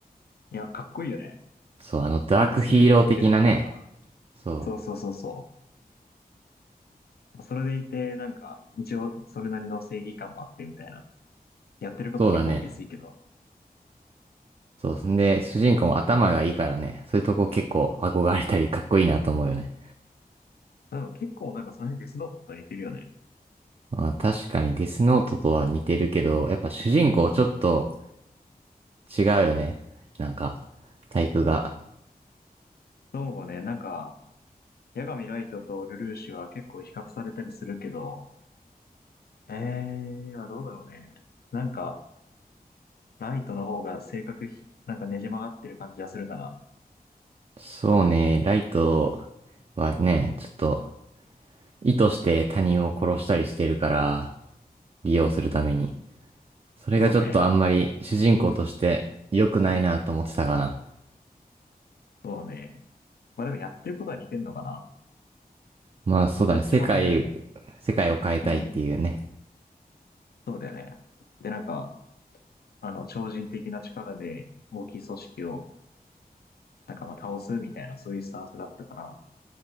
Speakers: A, on the left; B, on the right.
A: いや、かっこいいよね。
B: そう、あのダークヒーロー的なね、
A: なんか筋通ってるっていうか、
B: そう、
A: そうそうそうそう。それでいて、なんか、一応、それなりの正義感もあってみたいな。やってること結構下水けど、
B: そうだね。そう。んで、主人公も頭がいいからね、そういうとこ結構憧れたりかっこいいなと思うよね。
A: なんか結構なんかその辺デスノートと似てるよね。
B: まあ、確かにデスノートとは似てるけど、やっぱ主人公ちょっと違うよね。なんか、タイプが。
A: そうね、なんか、八神ライトとルルーシュは結構比較されたりするけど、えー、まあどうだろうね。なんか、ライトの方が性格ひ、なんかねじ曲がってる感じがするかな。
B: そうね、ライトはね、ちょっと意図して他人を殺したりしてるから、利用するために。
A: うん。
B: それがちょっとあんまり主人公として良くないなと思ってたかな。
A: そうね。そうね。まあでもやってることは似てんのかな。
B: まあそうだね、
A: どっちもあれだよね。
B: 世界、世界を変えたいっていうね。
A: うん。そうだよね。で、なんか、あの、超人的な力で大きい組織を、なんかまあ倒すみたいな、そういうスタンスだったから、